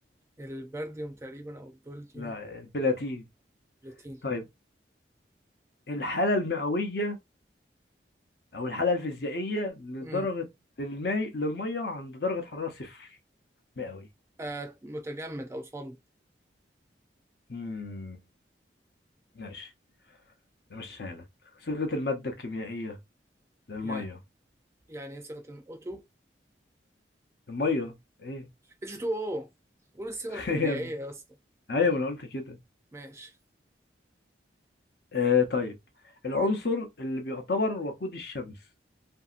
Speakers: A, on the right; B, on the left.
A: البرديوم تقريبا او البولديوم
B: لا البلاتين
A: بلاتين
B: طيب الحالة المئوية او الحالة الفيزيائية لدرجة
A: امم
B: للماء للمية عند درجة حرارة صفر مئوي
A: آه متجمد او صلب
B: امم ماشي مشيها لك صيغة المادة الكيميائية للمية
A: يعني يعني ايه صيغه الم- O2
B: المية ايه
A: H2O قول الصيغه
B: <laughs>
A: الكيميائيه
B: يا ابني
A: يا اسطى
B: ايوه ما انا قلت كده
A: ماشي
B: آه طيب العنصر اللي بيعتبر وقود الشمس